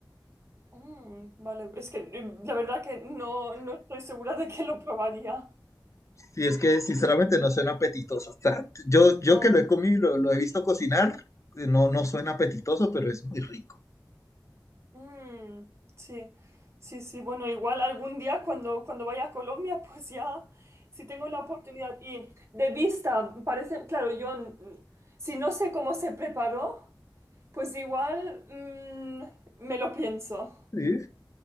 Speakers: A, on the right; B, on the left.
A: Mm, vale, es que eh, la verdad que no, no estoy segura de que lo probaría.
B: Y es que sinceramente no suena apetitoso. O sea, yo, yo
A: No.
B: que lo he comido y lo, lo he visto cocinar, no, no suena apetitoso, pero es muy rico.
A: Mm, sí, sí, sí. Bueno, igual algún día cuando, cuando vaya a Colombia, <laughs> pues ya, si tengo la oportunidad. Y de vista, parece, claro, yo, mm, si no sé cómo se preparó. Pues igual mm, me lo pienso.
B: Sí,